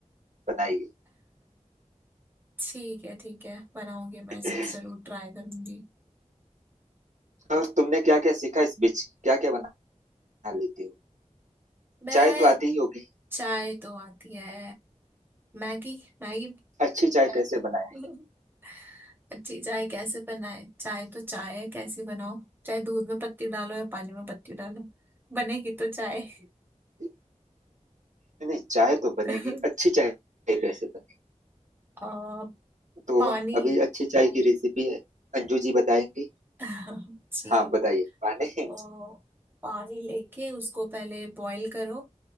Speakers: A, on the right; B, on the right.
A: बनाइए
B: <laughs> ठीक है ठीक है बनाऊंगी मैं
A: <laughs>
B: इसको जरूर ट्राई करूंगी
A: और तुमने क्या क्या सीखा इस बीच क्या क्या बना लेती हो
B: मैं
A: चाय तो आती ही होगी
B: चाय तो आती है मैगी मैगी
A: अच्छी चाय कैसे बनाए
B: <laughs> अच्छी चाय कैसे बनाए चाय तो चाय है कैसी बनाओ चाहे दूध में पत्ती डालो या पानी में पत्ती डालो बनेगी तो चाय
A: नहीं नहीं, चाय तो बनेगी
B: <laughs>
A: अच्छी चाय कैसे बनेगी
B: आ,
A: तो
B: पानी
A: अभी अच्छी चाय की रेसिपी है अंजू जी बताएंगी
B: <laughs> जी
A: हाँ बताइए माने
B: तो पानी लेके उसको पहले बॉईल करो